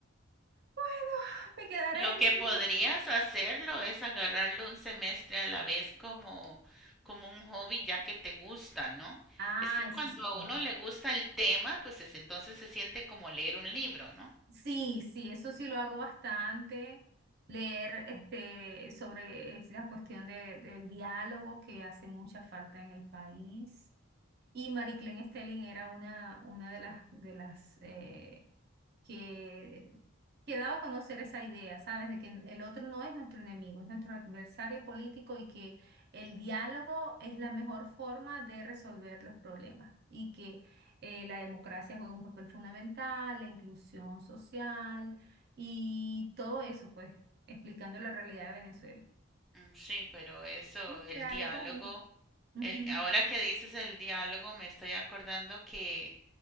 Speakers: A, on the right; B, in the centre.
A: Bueno, me quedaré
B: Lo
A: en
B: que
A: el equipo.
B: podrías hacerlo es agarrarlo un semestre a la vez como, como un hobby ya que te gusta, ¿no?
A: Ah,
B: Es que cuando
A: eso sí
B: a uno le gusta el tema, pues es- entonces se siente como leer un libro, ¿no?
A: Sí, sí, eso sí lo hago bastante. Leer este, sobre esa cuestión de- del diálogo que hace mucha falta en el país. Y Marie Claire Stelling era una, una de las, de las eh, que, que daba a conocer esa idea, ¿sabes? De que el otro no es nuestro enemigo, es nuestro adversario político y que el diálogo es la mejor forma de resolver los problemas y que eh, la democracia juega un papel fundamental, la inclusión social y todo eso, pues, explicando la realidad de Venezuela.
B: Mm, Sí, pero eso,
A: Me
B: el
A: quedaré
B: diálogo,
A: por ahí. Ujú,
B: el, ahora que dices el diálogo, me estoy acordando que,